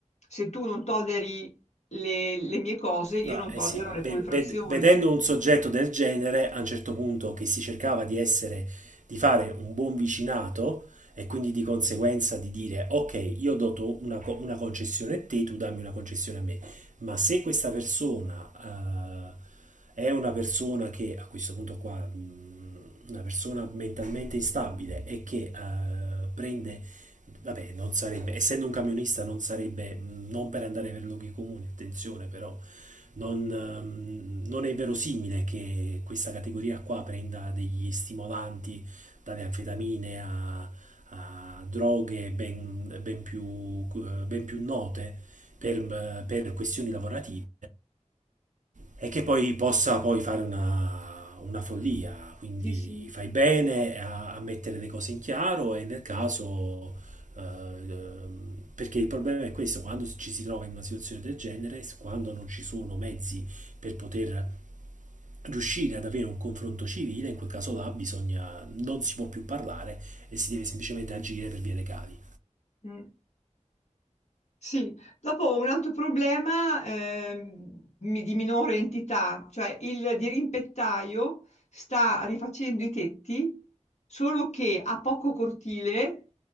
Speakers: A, on the left; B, on the right.
A: se tu non tolleri le, le mie cose, io
B: No,
A: non
B: eh
A: tollero
B: sì,
A: le tue
B: ve-
A: infrazioni,
B: ved- vedendo
A: insomma.
B: un soggetto del genere, a un certo punto che si cercava di essere, di fare un buon vicinato e quindi di conseguenza di dire, ok, io do to- una, co- una concessione a te, tu dammi una concessione a me, ma se questa persona eh, è una persona che, a questo punto qua, mh, una persona mentalmente instabile e che eh, prende, vabbè, non sarebbe, essendo un camionista non sarebbe, mh, non per andare per luoghi comuni, attenzione però non, ehm, non è verosimile che questa categoria qua prenda degli stimolanti dalle anfetamine a, a droghe ben, ben più, eh, ben più note per, per questioni lavorative e che poi possa poi fare una, una follia. Quindi
A: Sì, sì.
B: fai bene a, a mettere le cose in chiaro e nel caso, eh, perché il problema è questo, quando ci si trova in una situazione del genere, quando non ci sono mezzi per poter riuscire ad avere un confronto civile, in quel caso là bisogna, non si può più parlare e si deve semplicemente agire per vie legali.
A: Mm. Sì, dopo un altro problema ehm, mi- di minore entità, cioè il dirimpettaio sta rifacendo i tetti, solo che ha poco cortile